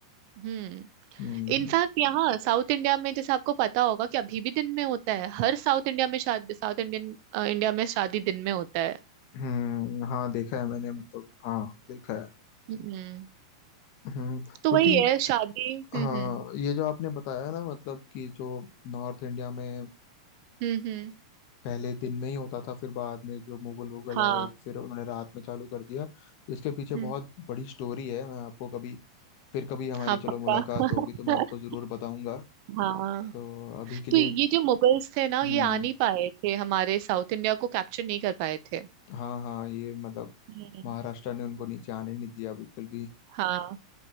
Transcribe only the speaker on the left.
हम्म
हम्म हाँ देखा है मैंने मतलब हाँ देखा है
हम्म क्योंकि
हाँ
ये जो आपने बताया ना मतलब कि जो नॉर्थ इंडिया में अ,
पहले दिन में ही होता था फिर बाद में जो मुगल वुगल
आए फिर उन्होंने रात में चालू कर दिया इसके पीछे
बहुत बड़ी स्टोरी है मैं आपको कभी फिर कभी हमारी
चलो
मुलाकात होगी तो मैं आपको
जरूर बताऊंगा
तो अभी के
लिए
हम्म
हाँ हाँ ये मतलब
महाराष्ट्र ने उनको नीचे आने नहीं दिया बिल्कुल भी